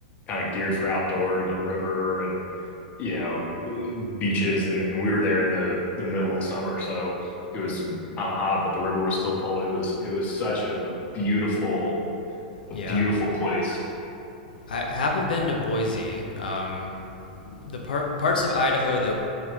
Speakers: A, on the left; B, on the left.
A: kind of geared for outdoors and river and you know beaches and, and we were there in the the middle of summer so it was kind of hot but the river was still cold it was it was such a, a beautiful a
B: Yeah,
A: beautiful place.
B: I, I haven't been to Boise. Um, the part parts of Idaho that